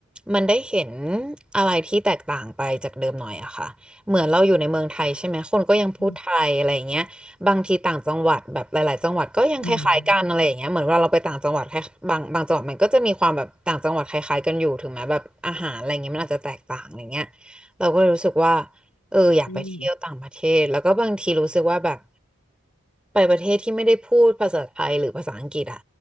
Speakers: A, in the centre; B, on the left.
A: มันได้เห็นอะไรที่แตกต่างไปจากเดิมหน่อยอะค่ะเหมือนเราอยู่ในเมืองไทยใช่ไหมคนก็ยังพูดไทยอะไรอย่างเงี้ยบางทีต่างจังหวัดแบบหลายๆจังหวัดก็ยังคล้ายๆกันอะไรอย่างเงี้ยเหมือนเวลาเราไปต่างจังหวัดแค่บางบางจังหวัดมันก็จะมีความแบบต่างจังหวัดคล้ายๆกันอยู่ถึงแม้แบบอาหารอะไรอย่างเงี้ยมันอาจจะแตกต่างอะไรเงี้ย
B: อืม
A: เราก็เลยรู้สึกว่า เอออยากไปเที่ยวต่างประเทศแล้วก็บางทีรู้สึกว่าแบบ
B: อืม
A: ไปประเทศที่ไม่ได้พูดภาษาไทยหรือภาษาอังกฤษอ่ะ